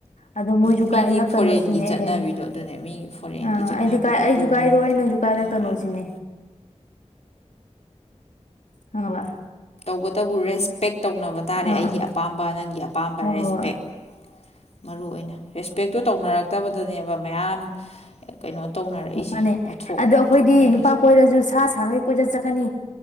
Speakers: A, on the left; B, on the left.
A: ꯑꯗꯣ ꯃꯣꯏꯁꯨ
B: ꯃꯤꯒꯤ
A: ꯀꯥꯏ ꯍꯥꯏꯩꯔꯛꯀꯅꯣ
B: ꯐꯣꯔꯦꯟꯒꯤ
A: ꯁꯤꯅꯦ
B: ꯆꯠꯅꯕꯤꯗꯣ
A: ꯑꯩꯗꯤ ꯍꯥꯏꯔ
B: ꯑꯗꯨꯅꯦ ꯃꯤꯒꯤ ꯐꯣꯔꯦꯟꯒꯤ
A: ꯑꯥ
B: ꯆꯠꯅꯕꯤꯗꯣ
A: ꯑꯩꯗꯤ ꯀꯥꯏ
B: ꯑꯗꯨꯃꯛꯇꯤ
A: ꯑꯩꯁꯨ ꯀꯥꯏꯔꯣꯏ ꯅꯪꯁꯨ ꯀꯥꯏꯔꯛꯀꯅꯣ
B: ꯌꯥꯔꯣꯏ
A: ꯁꯤꯅꯤ ꯈꯡꯉꯕ
B: ꯑꯣ ꯇꯕꯨ ꯔꯦꯁꯄꯦꯛ ꯇꯧꯅꯕ ꯇꯥꯔꯦ
A: ꯑꯥ
B: ꯑꯩꯒꯤ
A: ꯑꯥ
B: ꯑꯄꯥꯝꯕ ꯅꯪꯒꯤ ꯑꯄꯥꯝꯕ
A: ꯍꯣꯏ
B: ꯔꯦꯁꯄꯦꯛ
A: ꯍꯣꯏ ꯍꯣꯏ
B: ꯃꯔꯨ ꯑꯣꯏꯅ ꯔꯦꯁꯄꯦꯛꯇꯨ ꯇꯧꯅꯔꯛꯇꯕꯗꯅꯦꯕ ꯃꯌꯥꯝ ꯀꯩꯅꯣ ꯇꯧꯅꯔꯛꯏꯁꯦ
A: ꯃꯥꯅꯦ
B: ꯋꯥꯊꯣꯛ
A: ꯑꯗꯣ ꯑꯩꯈꯣꯏꯗꯤ
B: ꯊꯣꯛꯅꯔꯛꯏꯁꯦ
A: ꯅꯨꯄꯥ ꯀꯣꯏꯔꯁꯨ ꯁꯥ ꯁꯥꯈꯩ ꯀꯣꯏꯆꯠ ꯆꯠꯀꯅꯤ